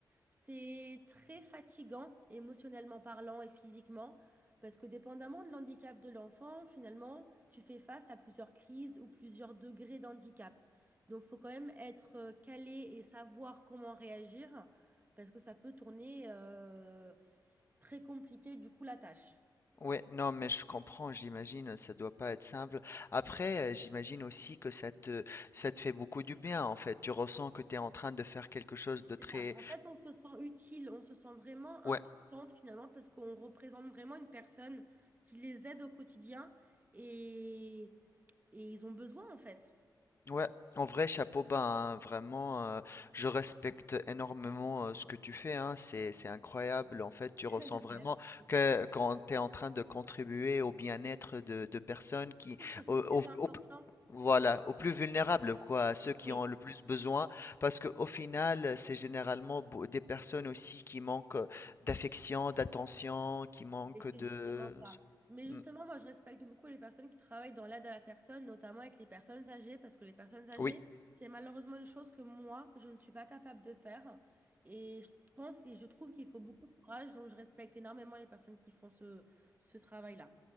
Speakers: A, on the right (about 25°); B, on the left (about 35°).
A: C'est très fatigant, émotionnellement parlant et physiquement, parce que dépendamment de l'handicap de l'enfant, finalement, tu fais face à plusieurs crises ou plusieurs degrés d'handicap. Donc, il faut quand même être euh, calé et savoir comment réagir, parce que ça peut tourner euh, très compliqué, du coup, la tâche.
B: Ouais, non, mais je comprends, j'imagine, ça doit pas être simple. Après, euh, j'imagine aussi que ça te, ça te fait beaucoup du bien, en fait. Tu ressens que tu es en train de faire quelque chose de très,
A: C'est ça. En fait, on se sent utile, on se sent vraiment importante
B: ouais,
A: finalement parce qu'on représente vraiment une personne qui les aide au quotidien et, et ils ont besoin en fait.
B: Ouais, en vrai, chapeau bas, hein, vraiment, euh, je respecte énormément euh, ce que tu fais, hein, c'est, c'est incroyable. En fait, tu
A: <laughs>
B: ressens vraiment
A: Merci. Je
B: que quand tu es en train de contribuer au bien-être de, de personnes qui,
A: trouve que c'est
B: au,
A: très
B: au-
A: important.
B: au voilà, aux plus vulnérables, quoi, à ceux qui
A: Oui.
B: ont le plus besoin, parce qu'au final, c'est généralement beau- des personnes aussi qui manquent euh, d'affection, d'attention, qui manquent
A: Et c'est
B: de...
A: justement ça. Mais
B: Mm.
A: justement, moi, je respecte beaucoup les personnes qui travaillent dans l'aide à la personne, notamment avec les personnes âgées, parce que les personnes âgées,
B: Oui,
A: c'est malheureusement une chose que moi, je ne suis pas capable de faire. Et je pense et je trouve qu'il faut beaucoup de courage, donc je respecte énormément les personnes qui font ce, ce travail-là.